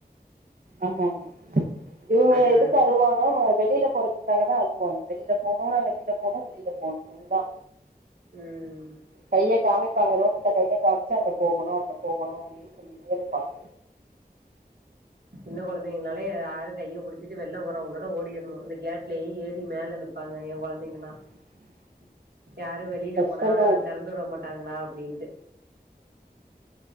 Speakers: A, on the right; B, on the right.
A: ஆமாம்மா இவுங்க
B: அது
A: எதுக்கு அழுவாங்க மா வெளில போறதுக் காகதா அழுவாங்க வெளில போனு நா வெளில போனு வெளில போனு அதுதா
B: ம்
A: கைய காமிப்பாங்க ரோட்ல கைய காம்ச்சு அங்க போகணு அங்க போகணு அப்டின் சொல்லிட்டே இருப்பாங்க
B: சின்ன கொழந்தைங்கனாலே யாரு கைய புடிச்சிட்டு வெள்ல போறவங்குளோட ஓடிர்ணு இந்த கேட்லயு ஏறி மேல நிப் பாங்க ஏன் கொழந்தைங்குளா
A: <inaudible>
B: யாரு வெளில
A: கஷ்டம்
B: போனா
A: தான்
B: தெறந்துட மாட்டாங்குளா அப்டின்ட்டு